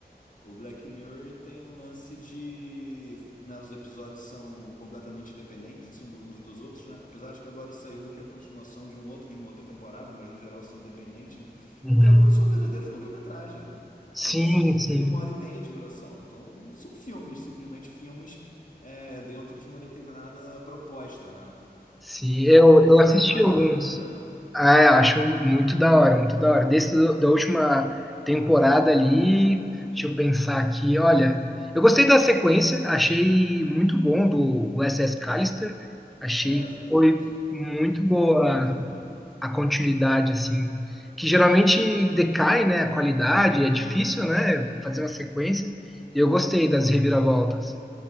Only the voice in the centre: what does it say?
Uhum.
Sim,
sim.
Sim,
eu,
eu assisti
alguns.
Ah, eu acho muito da hora, muito da hora. Desde do, da última temporada ali, deixa eu pensar aqui, olha. Eu gostei da sequência, achei muito bom do USS Callister. Achei
que foi muito boa
a continuidade, assim. Que geralmente decai, né, a qualidade, é difícil, né, fazer uma sequência. Eu gostei das reviravoltas.